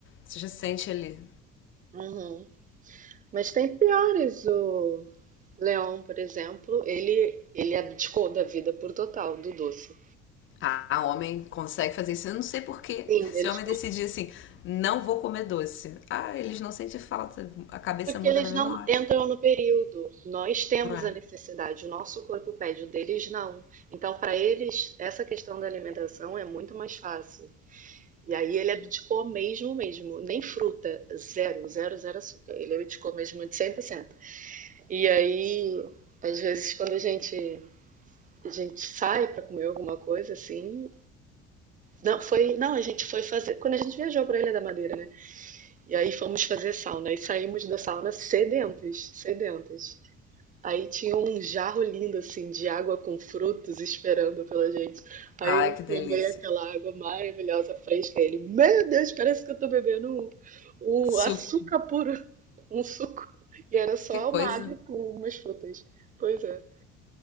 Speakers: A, on the left; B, on the right.
A: você já sente ali.
B: Uhum. Mas tem piores. O Leon, por exemplo, ele, ele abdicou da vida por total, do doce.
A: Ah, homem consegue fazer isso. Eu não sei porquê.
B: Sim,
A: Se
B: eles
A: o homem
B: con-
A: decidir assim, não vou comer doce. Ah, eles não sentem falta. A cabeça
B: porque
A: muda
B: eles
A: na mesma
B: não
A: hora.
B: entram no período. Nós temos
A: Não é?
B: a necessidade, o nosso corpo pede, o deles não. Então, para eles, essa questão da alimentação é muito mais fácil. E aí ele abdicou mesmo, mesmo. Nem fruta, zero, zero, zero açúcar. Ele abdicou mesmo de cem por cento E aí, às vezes, quando a gente, a gente sai para comer alguma coisa assim, Não, foi, não, a gente foi fazer quando a gente viajou para Ilha da Madeira, né? E aí fomos fazer sauna e saímos da sauna sedentas, sedentas. Aí tinha um jarro lindo assim de água com frutos esperando pela gente. Aí
A: Ai,
B: eu
A: que delícia.
B: tomei aquela água maravilhosa fresca. Ele, meu Deus, parece que eu tô bebendo um,
A: Suco.
B: um açúcar puro, um suco. E era só
A: Que coisa.
B: uma água com umas frutas. Pois é,